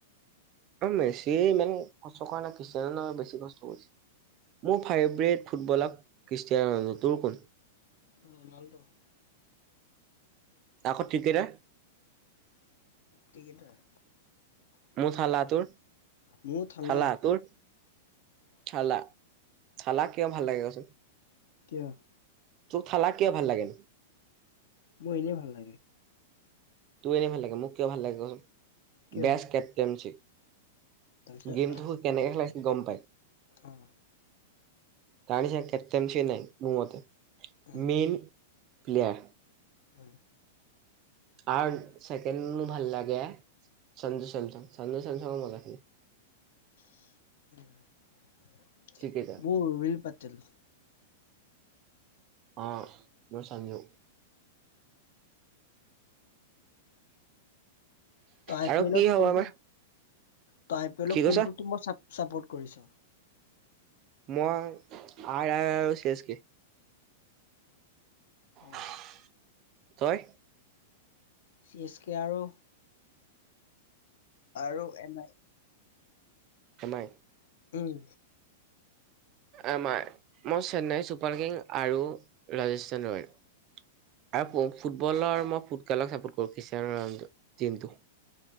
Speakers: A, on the right (about 40°); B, on the left (about 65°).
A: মেছি ইমান কষ্ট কৰা নাই খ্ৰীষ্টান বেছি কষ্ট কৰিছে মোৰ ফেভৰেট ফুটবলাৰ খ্ৰীষ্টিয়ান নু তোৰ কোন? <inaudible>
B: অ ভালটো।
A: আকৌ ক্ৰিকেটাৰ।
B: ক্ৰিকেটাৰ।
A: মোৰ থালা তোৰ
B: মোৰ থালাই
A: থালা তোৰ থালা থালা কিয় ভাল লাগে কচোন।
B: কিয়?
A: তোক থালা কিয় ভাল লাগেনো?
B: মোৰ এনেই ভাল লাগে।
A: তোৰ এনেই ভাল লাগে, মোক কিয় ভাল লাগে কচোন।
B: কিয়
A: বেচ কেপ্টেইন চি।
B: তাৰপিছত
A: গেমঠো কেনেকে খেলাইছিল গম পাই?
B: অ
A: তাৰ নিচিনা কেপ্টেইনচ নাই মোৰ মতে।
B: উম
A: মেইন পিলিয়াৰ।
B: উম।
A: আৰু ছেকেণ্ড মোৰ ভাল লাগে সঞ্জু চেমচং সঞ্জু চেমচঙো মজা খেলে।
B: <unintelligible>
A: ক্ৰিকেটাৰ
B: তিল।
A: অ দ চামিও।
B: ত আই
A: আৰু
B: পি এলত
A: কি হ'ব
B: কোনটো
A: আমাৰ
B: তই আই পি এলত
A: কি কৈছ
B: কোনটো টিমৰ চাপ চাপৌত কৰিছ?
A: মই আৰ আৰ আৰু চি এছ কে।
B: অ
A: <inaudible> তই?
B: চি এছ কে আৰু আৰু এম আই।
A: M I.
B: উম।
A: এম আই, মই চেন্নাই চুপাৰ কিং আৰু ৰাজস্থান ৰয়েল আৰু
B: উম
A: ফুটবলৰ মই ফুতকালক চাপৰ্ট কৰো কিশ্যৰো টীমটো।